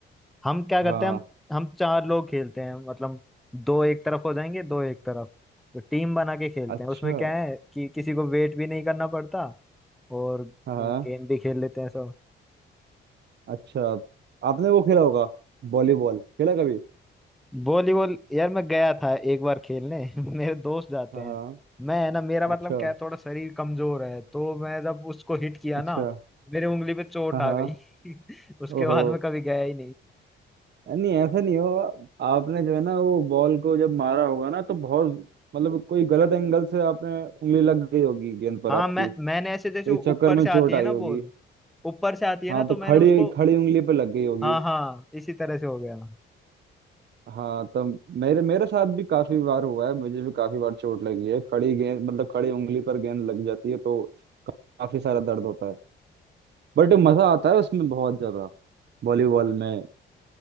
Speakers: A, in the centre; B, on the right.
A: हम क्या
B: हाँ
A: करते हैं हम हम चार लोग खेलते हैं मतलब दो एक तरफ हो जाएंगे दो एक तरफ तो टीम बना के खेलते
B: अच्छा
A: हैं उसमें क्या है कि किसी को वेट भी नहीं करना पड़ता और
B: हाँ हाँ।
A: गेम भी खेल लेते हैं सब
B: अच्छा आपने वो खेला होगा वॉलीबॉल खेला कभी
A: वॉलीबॉल यार मैं गया था एक बार खेलने <laughs> मेरे दोस्त जाते
B: हाँ
A: हैं
B: हाँ
A: मैं है ना मेरा मतलब
B: अच्छा
A: क्या है थोड़ा शरीर कमजोर है तो मैं जब उसको हिट किया
B: अच्छा
A: ना मेरे उंगली पे चोट
B: हाँ
A: आ
B: हाँ
A: गई <laughs> उसके
B: ओहो
A: बाद मैं कभी गया ही
B: नहीं ऐसा नहीं हो आपने जो है ना वो बॉल को जब मारा होगा ना तो बहुत मतलब कोई गलत एंगल से आपने उंगली लग गई होगी गेंद पर
A: हाँ
B: आपकी
A: मैं मैंने ऐसे
B: तो
A: जैसे वो
B: इस चक्कर
A: ऊपर
B: में
A: से
B: चोट
A: आती
B: आई
A: है ना
B: होगी
A: बॉल ऊपर से आती है
B: हाँ
A: ना तो
B: तो
A: मैंने
B: खड़ी
A: उसको
B: खड़ी उंगली पे लग गई होगी
A: हाँ हाँ इसी तरह से हो गया
B: हाँ तो मेरे मेरे साथ भी काफी बार हुआ है मुझे भी काफी बार चोट लगी है खड़ी गेंद मतलब खड़ी उंगली पर गेंद लग जाती है तो काफी सारा दर्द होता है बट मजा आता है उसमें बहुत ज्यादा वॉलीबॉल में